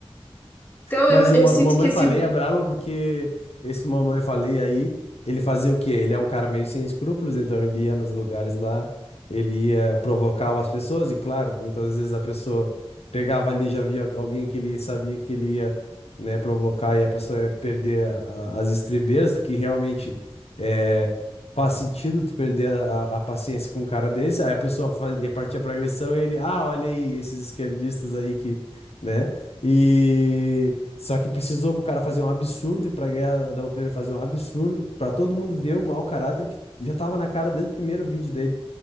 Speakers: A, on the left; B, on the left.
A: Então,
B: Mas
A: eu,
B: o,
A: eu
B: Ma-
A: sinto
B: o Mamãe
A: que esse...
B: Falei é brabo porque esse Mamãe Falei aí, ele fazia o quê? Ele é um cara meio sem escrúpulos, então ele ia nos lugares lá, ele ia, provocava as pessoas, e claro, muitas vezes a pessoa pegava ali, já via alguém que ele sabia que ele ia, né, provocar e a pessoa ia perder a- a- as estribeiras, porque realmente é, faz sentido tu perder a, a- a paciência com um cara desse, aí a pessoa fazia, partir pra agressão e ele, ah, olha aí esses esquerdistas aí que, né? E só que precisou pro cara fazer um absurdo e pra guerra da Ucrânia fazer um absurdo, pra todo mundo ver o mau caráter que já tava na cara desde o primeiro vídeo dele.